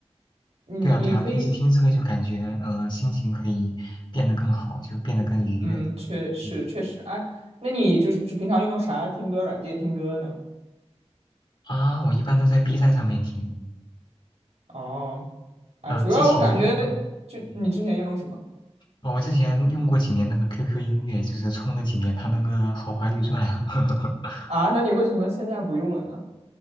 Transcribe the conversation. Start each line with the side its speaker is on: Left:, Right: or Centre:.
Right: 你你可以，
Left: 对啊，对啊，平时听这个就感觉，呃，心情可以变得更好，就变得更愉悦。
Right: 嗯，确实确实，
Left: 嗯
Right: 哎，那你就是平常用啥听歌软件听歌呢？
Left: 啊，我一般都在 B 站上面听，
Right: 哦，哎，
Left: 呃，
Right: 主要我感觉
Left: 之前嗯。
Right: 就你之前用什么
Left: 嗯哦，我之前用过几年那个 QQ 音乐，就是充了几年它那个豪华绿钻，<laughs>
Right: 啊？那你为什么现在不用了呢？